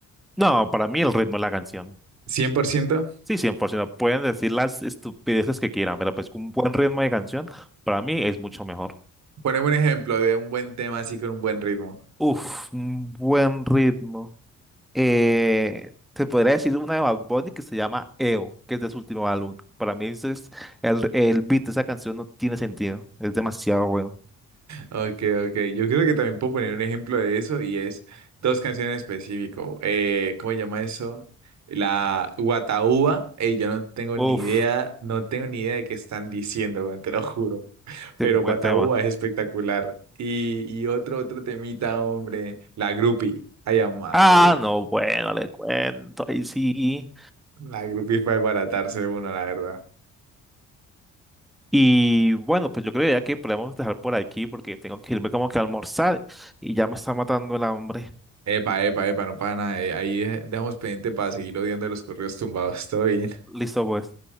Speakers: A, in the centre; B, on the right.
A: No, para mí el ritmo de la canción.
B: 100%.
A: Sí, cien por ciento Pueden decir las estupideces que quieran, pero pues un buen ritmo de canción para mí es mucho mejor.
B: Poneme un ejemplo de un buen tema así con un buen ritmo.
A: Uf, un buen ritmo. Eh, te podría decir una de Bad Bunny que se llama EO, que es de su último álbum. Para mí ese es el, el beat de esa canción no tiene sentido, es demasiado bueno.
B: Ok, ok. Yo creo que también puedo poner un ejemplo de eso y es dos canciones en específico. Eh, ¿cómo se llama eso? La Guataúba. Ey, yo no tengo
A: Uf,
B: ni idea, no tengo ni idea de qué están diciendo, weón, te lo juro.
A: qué
B: Pero
A: buen
B: Guataúba
A: tema.
B: es espectacular. Y, y otro, otro temita, hombre. La Grupi. Ay, amá,
A: Ah,
B: la Grupi.
A: no, bueno, le cuento, ahí sí.
B: La Grupi es para desbaratarse uno, la verdad.
A: Y bueno, pues yo creo ya que podemos dejar por aquí porque tengo que irme como que a almorzar y ya me está matando el hambre.
B: Epa, epa, epa, no para nada. eh, Ahí dej- dejamos pendiente para seguir odiando los corridos tumbados. <laughs> Todo bien.
A: Listo, pues.